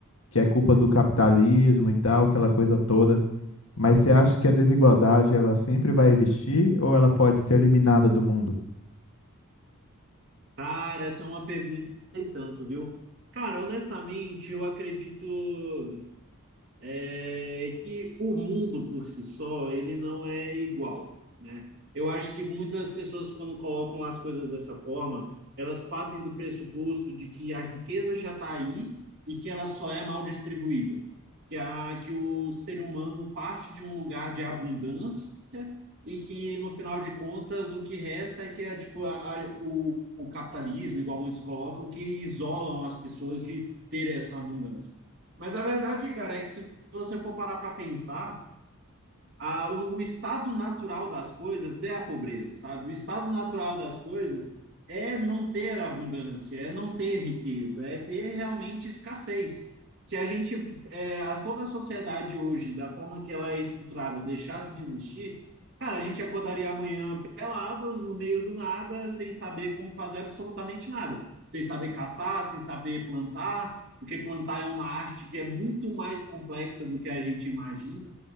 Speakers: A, on the left; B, on the right.
A: Que é culpa do capitalismo e tal, aquela coisa toda. Mas você acha que a desigualdade ela sempre vai existir ou ela pode ser eliminada do mundo?
B: Cara, essa é uma pergunta que tem tanto, viu? Cara, honestamente, eu acredito é que o mundo por si só ele não é igual, né? Eu acho que muitas pessoas quando colocam as coisas dessa forma, elas partem do pressuposto de que a riqueza já está aí e que ela só é mal distribuída, que a que o ser humano parte de um lugar de abundância e que no final de contas o que resta é que é tipo a, a, o, o capitalismo, igual muitos colocam, que isolam as pessoas de ter essa abundância. Mas a verdade, cara, é que se se você for parar para pensar, a, o, o estado natural das coisas é a pobreza, sabe? O estado natural das coisas é não ter abundância, é não ter riqueza, é ter realmente escassez. Se a gente, é, a, toda a sociedade hoje, da forma que ela é estruturada, deixasse de existir, cara, a gente acordaria amanhã pelados, no meio do nada, sem saber como fazer absolutamente nada, sem saber caçar, sem saber plantar, porque plantar é uma arte que é muito mais complexa do que a gente imagina.